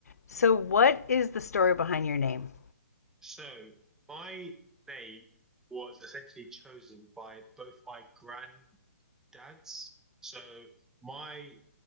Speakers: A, on the left; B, in the centre.
A: So, what is the story behind your name?
B: So my name was essentially chosen by both my granddads. So my